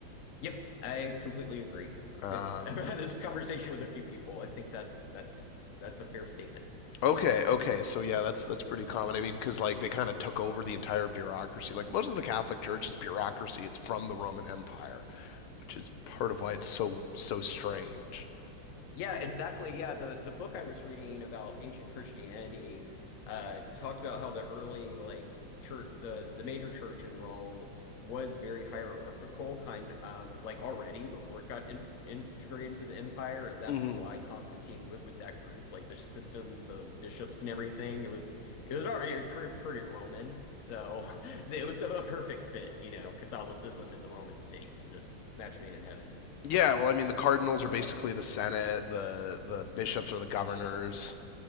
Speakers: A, on the left (about 50°); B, on the left (about 75°).
A: Yep, I completely agree.
B: Um,
A: Yep, <laughs> I've had this conversation with a few people. I think that's that's that's a fair statement.
B: okay, okay, so yeah, that's that's pretty common. I mean, because like they kind of took over the entire bureaucracy. Like most of the Catholic Church is bureaucracy; it's from the Roman Empire, which is part of why it's so so strange.
A: Yeah, exactly. Yeah, the the book I was reading about ancient Christianity uh talked about how the early like church the the major church in Rome was very hierarchical kind um like already before it got in, integrated into the empire and that's
B: hmm
A: why Constantine went with that group like the systems of bishops and everything it was it was already pretty, pretty Roman so <laughs> it was a, perfect fit you know Catholicism and the Roman state just match made in heaven
B: Yeah, well, I mean, the cardinals are
A: or
B: basically
A: hell.
B: the Senate, the the bishops are the governors.